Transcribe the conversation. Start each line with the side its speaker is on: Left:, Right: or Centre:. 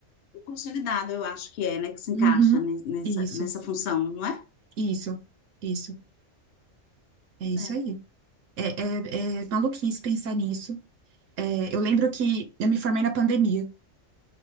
Left: o consolidado, eu acho que é, né? Que se encaixa
Right: Uhum.
Left: ne- nessa,
Right: Isso,
Left: nessa função, não é?
Right: isso, isso. É
Left: Pois
Right: isso
Left: é.
Right: aí. É, é, é maluquice pensar nisso. É, eu lembro que eu me formei na pandemia.